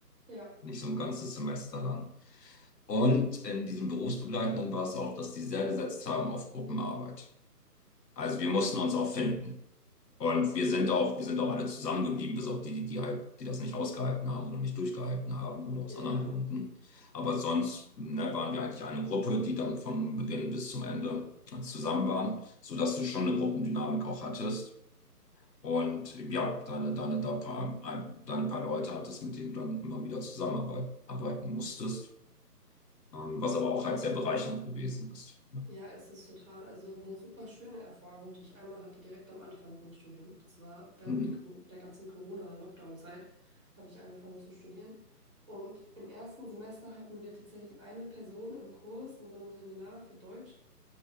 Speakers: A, on the right (about 20°); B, on the left (about 80°).
A: Ja,
B: Nicht so ein ganzes Semester lang. Und in diesem Berufsbegleitenden war es auch, dass die sehr gesetzt haben auf Gruppenarbeit. Also wir mussten uns auch finden. Und wir sind auch, wir sind auch alle zusammengeblieben, bis auf die, die, die halt, die das nicht ausgehalten haben oder nicht durchgehalten haben oder aus
A: ja,
B: anderen
A: ja.
B: Gründen. Aber sonst, ne, waren wir eigentlich eine Gruppe, die dann von Beginn bis zum Ende zusammen waren, sodass du schon eine Gruppendynamik auch hattest. Und ja, deine, deine, da paar, ein, deine paar Leute hattest, mit denen du dann immer wieder zusammenarbeiten arbeiten musstest, ähm, was aber auch halt sehr bereichernd gewesen ist. Ja,
A: Ja, es ist total, also eine super schöne Erfahrung, die ich einmal hatte, direkt am Anfang vom Studium. Das war während
B: Mhm.
A: der, Co- der ganzen Corona-Lockdown-Zeit, habe ich angefangen zu studieren. Und im ersten Semester hatten wir tatsächlich eine Person im Kurs in so einem Seminar für Deutsch.